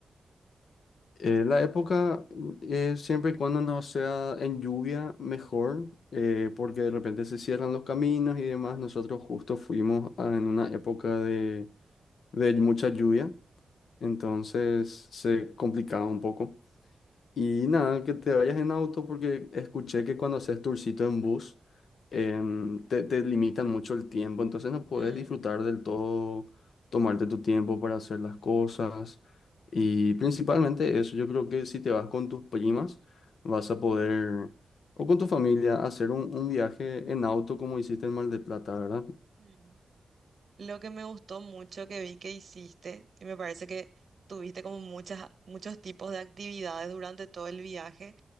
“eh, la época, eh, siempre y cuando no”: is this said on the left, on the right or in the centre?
Left